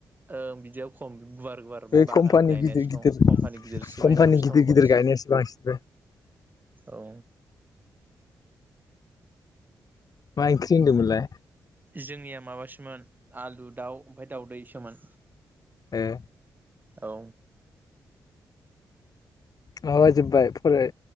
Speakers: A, on the right (about 25°); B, on the left (about 55°).
A: ओं बिदियाव खम गुवार गुवार
B: बे
A: बागान
B: कम्पानि
A: गायनायसो
B: गिदिर गिदिर
A: दं कम्पानि गिदिरसो
B: कम्पानि
A: बायनायावसो
B: गिदिर
A: दङ
B: गिदिर
A: बांसिन
B: गायनायासो बांसिन बे
A: औ।
B: मा ओंख्रि होनदोंमोनलाय
A: जोंनिया माबासोमोन आलु दाउ ओमफाय दाउदैसोमोन
B: ए
A: औ
B: माबा जोबबाय फराय